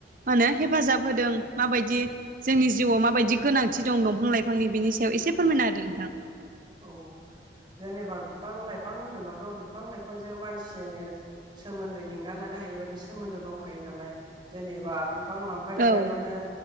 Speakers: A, on the right; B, on the right.
A: मा होनो हेफाजाब होदों, माबायदि जोंनि जिउआव माबायदि गोनांथि दं दंफां लाइफांनि बिनि सायाव एसे फोरमायना होदो नोंथां।
B: औ जेनेबा बिफां लाइफां होनोबाथ' बिफां लाइफांजों मानसिजों सोमोन्दो एंगारलानो हायै बादि सोमोन्दो दंखायो नालाय, जेनेबा बे बिफां लाांफां गैयाबानो
A: औ